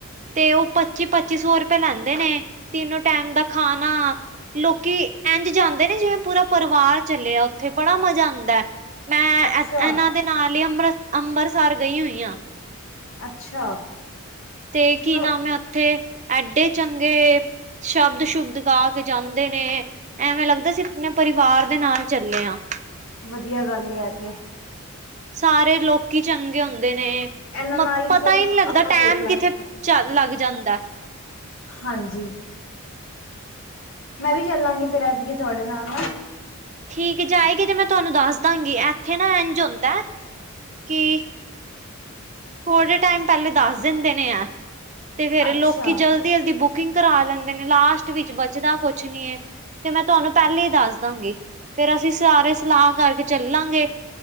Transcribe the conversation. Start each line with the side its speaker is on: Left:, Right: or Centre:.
Right: ਤੇ ਓ ਪੱਚੀ-ਪੱਚੀ ਸੋ ਰੁਪਏ ਲੈਂਦੇ ਨੇ, ਤਿੰਨੋ ਟੈਮ ਦਾ ਖਾਨਾ ਲੋਕੀ, ਐਂਝ ਜਾਂਦੇ ਨੇ ਜਿਵੇਂ ਪੂਰਾ ਪਰਿਵਾਰ ਚੱਲੇਆ ਓਥੇ ਬੜਾ ਮਜ਼ਾ ਆਂਦੈ। ਮੈਂ
Left: ਅੱਛਾ
Right: ਐ ਐਨਾਂ ਦੇ ਨਾਲ ਈ ਅੰਮ੍ਰ ਅੰਮਰਸਰ ਗਈ ਹੋਈ ਆਂ।
Left: ਅੱਛਾ।
Right: ਤੇ
Left: ਚਲੋ
Right: ਕੀ ਨਾਮ ਐ ਓਥੇ ਐਡੇ ਚੰਗੇ ਸ਼ਬਦ-ਸ਼ੁਬਦ ਗਾ ਕੇ ਜਾਂਦੇ ਨੇ ਐਵੇਂ ਲੱਗਦਾ ਸੀ, ਆਪਣੇ ਪਰਿਵਾਰ ਦੇ ਨਾਲ ਚੱਲੇ ਆ।
Left: ਵਦੀਆ ਗੱਲ ਐ ਤੇ।
Right: ਸਾਰੇ ਲੋਕੀ ਚੰਗੇ ਹੁੰਦੇ ਨੇ,
Left: ਇਹਨਾਂ
Right: ਮ
Left: ਨਾਲ ਹੀ ਫਿਰ
Right: ਪਤਾ ਈ ਨੀ ਲੱਗਦਾ
Left: ਆਪਾਂ
Right: ਟੈਮ
Left: ਦੇਖ ਲਾਂਗੇ
Right: ਕਿਥੇ ਝਾ ਲੱਗ ਜਾਂਦੈ।
Left: ਹਾਂਜੀ। ਮੈਂ ਵੀ ਚੱਲਾਂਗੀ। ਫੇਰ ਐਤਕੀਂ ਤੁਹਾਡੇ ਨਾਲ।
Right: ਠੀਕ ਜਾਏਗੀ ਤੇ ਮੈਂ ਤੁਹਾਨੂੰ ਦੱਸ ਦਾਂਗੀ। ਇੱਥੇ ਨਾ ਇੰਝ ਹੁੰਦਾ ਐ ਕਿ ਥੋੜੇ ਟਾਈਮ ਪਹਿਲੇ ਦੱਸ ਦਿੰਦੇ ਨੇ ਐਹ ਤੇ ਫੇਰ
Left: ਅੱਛਾ
Right: ਲੋਕੀ ਜਲ ਜਲਦੀ-ਜਲਦੀ ਬੁਕਿੰਗ ਕਰਾ ਲੈਂਦੇ ਨੇ। ਲਾਸਟ ਵਿੱਚ ਬੱਚਦਾ ਕੁੱਛ ਨੀ ਐ। ਤੇ ਮੈਂ ਤੁਹਾਨੂੰ ਪਹਿਲੇ ਈ ਦੱਸ ਦਾਂਗੀ। ਫੇਰ ਅਸੀਂ ਸਾਰੇ ਸਲਾਹ ਕਰਕੇ ਚੱਲਾਂਗੇ।